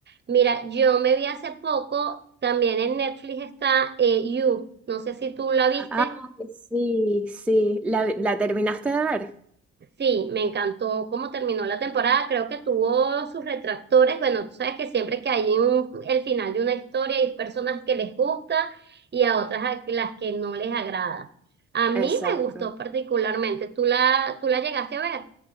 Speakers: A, on the right; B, in the centre.
A: Mira, yo me vi hace poco, también en Netflix está eh, You, no sé si tú la viste.
B: Ay, sí, sí. ¿La, la terminaste de ver?
A: Sí, me encantó cómo terminó la temporada. Creo que tuvo sus retractores. Bueno, tú sabes que siempre que hay un, el final de una historia hay personas que les gusta y a otras a las que no les agrada. A mí
B: Exacto.
A: me gustó particularmente. ¿Tú la, tú la llegaste a ver?